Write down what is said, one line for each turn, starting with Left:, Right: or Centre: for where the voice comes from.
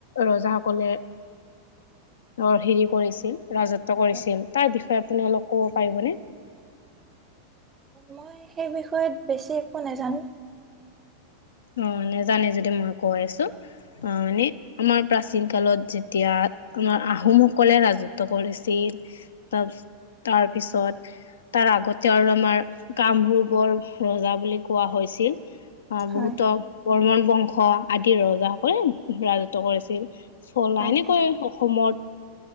Left: ৰজাসকলে অ' হেৰি কৰিছিল, ৰাজত্ব
Right: হয়
Left: কৰিছিল,
Right: হয়।
Left: তাৰ বিষয়ে আপুনি অলপ ক'ব পাৰিবনে?
Right: মই সেই বিষয়ত বেছি একো নাজানো।
Left: অ নেজানে যদি মই কৈ আছো, অ এনে। আমাৰ প্ৰাচীন কালত যেতিয়া, আমাৰ আহোমসকলে ৰাজত্ব কৰিছিল। তাৰ তাৰ পিছত তাৰ আগতে আৰু আমাৰ, কামৰূপৰ ৰজা বুলি কোৱা হৈছিল। আ বহুতক
Right: হয়
Left: বৰ্মন বংশ আদিৰ ৰজাসকলে ৰাজত্ব কৰিছিল। চলা
Right: হয়
Left: এনেকৈ অসমত